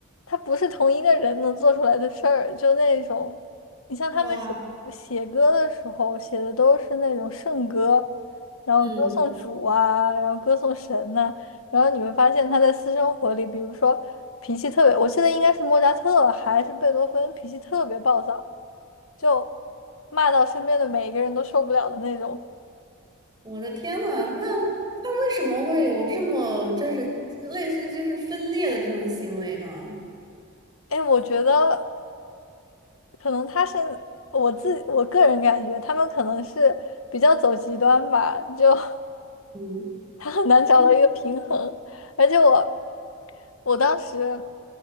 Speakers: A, on the left; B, on the right.
A: 他不是同一个人能做出来的事儿，就那种，你像他们写写歌的时候，
B: 哇，
A: 写的都是那种圣歌，然后歌颂主啊，
B: 嗯。
A: 然后歌颂神呐、然后你会发现他在私生活里，比如说脾气特别，我记得应该是莫扎特还是贝多芬，脾气特别暴躁，就骂到身边的每一个人都受不了的那种。
B: 我的天呐，那他为什么会有这么就是类似就是分裂的这种行为呢？
A: 哎，我觉得。可能他是我自我个人感觉，他们可能是比较走极端吧，就
B: 嗯
A: <laughs> 他很难找到一个平衡。
B: 嗯
A: 而且我我当时